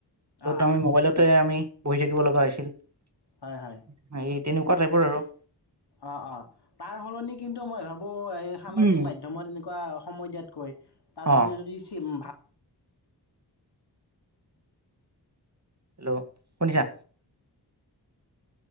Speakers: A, on the right (about 40°); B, on the left (about 65°).
A: য'ত
B: অঁ
A: আমি মোবাইলতে আমি বহি থাকিব লগা হৈছিল স
B: হয় হয়
A: <unintelligible> তেনেকুৱা টাইপৰ আৰু
B: অ অ তাৰ সলনি কিন্তু মই ভ আ এই সামাজিক
A: উম
B: মাধ্যমত এনেকুৱা সময় দিয়াতকৈ তাৰ
A: অ
B: হলে যদি চি ভাল
A: হেল্ল' শুনিছা